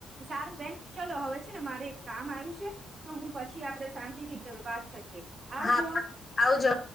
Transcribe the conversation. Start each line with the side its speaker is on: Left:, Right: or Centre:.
Right: સારું બેન ચલો હવે છે ને મારે એક કામ આવ્યું છે તો હું પછી આપણે શાંતિથી વાત કરીએ આવજો
Left: હા પા આવજો